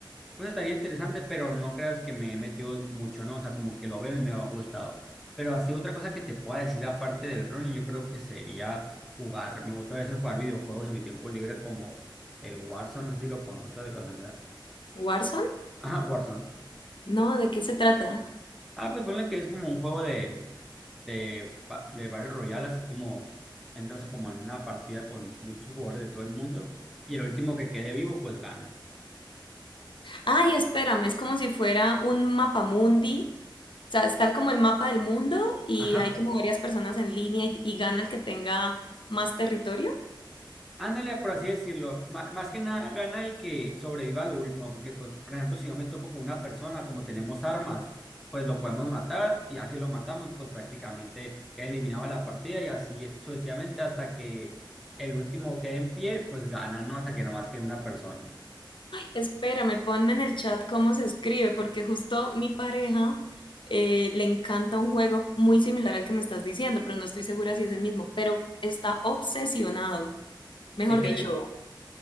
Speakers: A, in the centre; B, on the left.
A: Pues estaría interesante, pero no creas que me he metido mucho, ¿no? O sea, como que lo veo y me ha gustado. Pero así otra cosa que te pueda decir aparte del running, yo creo que sería jugar. Me gusta a veces jugar videojuegos en mi tiempo libre como el Warzone, no sé si lo conozco de casualidad.
B: ¿Warzone?
A: Ajá, Warzone.
B: No, ¿de qué se trata?
A: Ah, pues ponle que es como un juego de, de, ba- de Battle Royale, así como entras como en una partida con muchos jugadores de todo el mundo y el último que quede vivo, pues gana.
B: Ay, espérame, es como si fuera un mapamundi. O sea, está como el mapa del mundo y
A: Ajá.
B: hay como varias personas en línea y, y gana el que tenga más territorio.
A: Ándale, por así decirlo. Ma- más que nada gana el que sobreviva a lo último, porque, pues, por ejemplo, si yo me topo con una persona, como tenemos armas, pues lo podemos matar y así lo matamos, pues prácticamente queda eliminado de la partida y así sucesivamente hasta que el último quede en pie, pues gana, ¿no? Hasta que no más quede una persona.
B: Espérame, ponme en el chat cómo se escribe, porque justo mi pareja eh, le encanta un juego muy similar al que me estás diciendo, pero no estoy segura si es el mismo, pero está obsesionado, mejor
A: Es que,
B: dicho,
A: de-